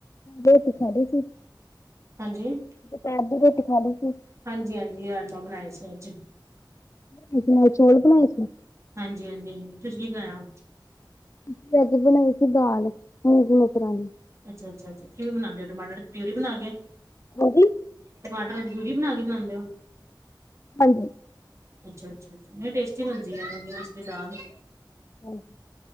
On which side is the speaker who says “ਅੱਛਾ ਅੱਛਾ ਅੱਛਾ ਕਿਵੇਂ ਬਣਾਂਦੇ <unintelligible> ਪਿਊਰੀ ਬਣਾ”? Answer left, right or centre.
Right